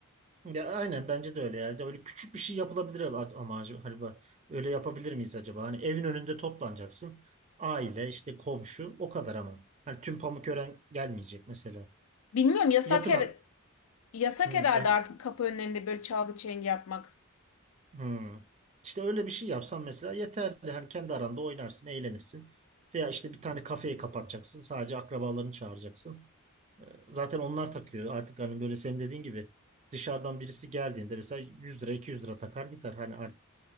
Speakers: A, on the right (about 30°); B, on the left (about 80°).
A: Ya aynen bence de öyle ya. Ya böyle küçük bir şey yapılabilir ama acaba hani bak, öyle yapabilir miyiz acaba? Hani evin önünde toplanacaksın. Aile işte komşu o kadar ama. Hani tüm Pamukören gelmeyecek mesela
B: Bilmiyorum yasak
A: yakın
B: her Yasak
A: Hı,
B: herhalde
A: el,
B: artık kapı önlerinde böyle çalgı çengi yapmak.
A: hı. İşte öyle bir şey yapsan mesela yeterli. Hani kendi aranda oynarsın, eğlenirsin. Veya işte bir tane kafeyi kapatacaksın. Sadece akrabalarını çağıracaksın. Ee, Zaten onlar takıyor. Artık hani böyle senin dediğin gibi dışarıdan birisi geldiğinde mesela 100 lira 200 lira takar gider. Hani artık